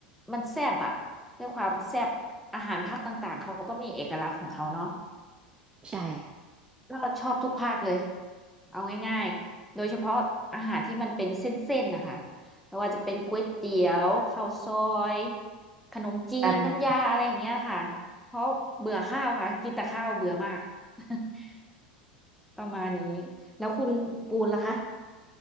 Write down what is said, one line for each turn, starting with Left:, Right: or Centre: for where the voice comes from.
Centre: มันแซ่บอะด้วยความแซ่บอาหารภาคต่างๆเขาก็มีเอกลักษณ์ของเขาเนาะ
Right: ใช่
Centre: ก็ชอบทุกภาคเลยเอาง่ายๆ โดยเฉพาะอาหารที่มันเป็นเส้นๆนะคะไม่ว่าจะเป็นก๋วยเตี๋ยวข้าวซอยขนมจีนน้ำยาอะไรอย่างเงี้ยค่ะ
Right: กันนะ
Centre: เพราะเบื่อข้าวค่ะกินแต่ข้าวเบื่อมาก <laughs> ประมาณนี้แล้วคุณปูนล่ะคะ